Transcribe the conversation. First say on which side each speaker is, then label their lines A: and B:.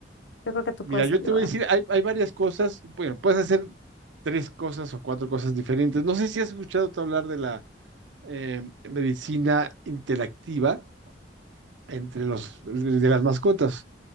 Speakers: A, on the left; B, on the right.
A: yo creo que tú
B: Mira,
A: puedes
B: yo
A: ayudar.
B: te voy a decir, hay, hay varias cosas, bueno, puedes hacer tres cosas o cuatro cosas diferentes. No sé si has escuchado tú hablar de la eh, medicina interactiva entre los de las mascotas.